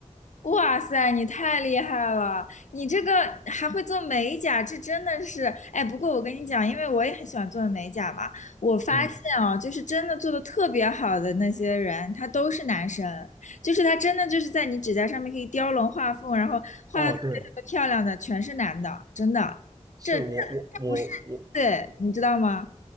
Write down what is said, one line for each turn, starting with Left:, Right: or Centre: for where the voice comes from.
Left: 哇塞，你太厉害了！你这个还会做美甲，这真的是……哎，不过我跟你讲，因为我也很喜欢做美甲嘛，我发现啊，
Right: 嗯，
Left: 就是真的做的特别好的那些人，他都是男生，就是他真的就是在你指甲上面可以雕龙画凤，然后画的特别特别漂亮的，
Right: 哦，对，
Left: 全是男的，真的，
Right: 是我我我我
Left: 这这不是，对，你知道吗？